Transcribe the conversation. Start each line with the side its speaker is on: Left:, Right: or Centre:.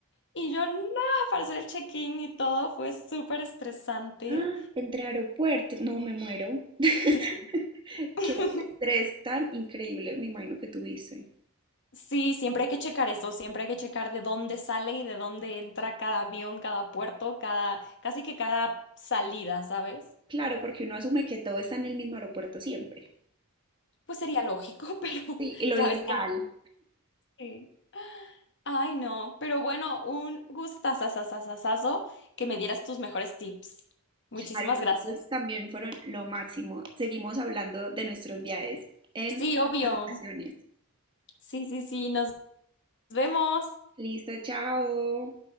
Left: Y yo, nada, para hacer el check-in y todo, fue súper estresante.
Right: ¡Ah! Entre aeropuertos, no me muero. <laughs>
Left: Sí. <laughs>
Right: Qué estrés tan increíble, me imagino que tuviste.
Left: Sí, siempre hay que checar eso, siempre hay que checar de dónde sale y de dónde entra cada avión, cada puerto, cada, casi que cada salida, ¿sabes?
Right: Claro, porque uno asume que todo está en el mismo aeropuerto siempre.
Left: Pues sería lógico, <laughs> pero
Right: Sí, y lo
Left: ya
Right: ideal.
Left: ves que no. Sí. Ay, no, pero bueno, un gustazazazazazazo que me dieras tus mejores tips. Muchísimas
Right: Claro, y los
Left: gracias.
Right: tuyos también fueron lo máximo. Seguimos hablando de nuestros viajes en
Left: Sí, obvio.
Right: otras ocasiones.
Left: Sí, sí, sí, nos vemos.
Right: Listo, chao.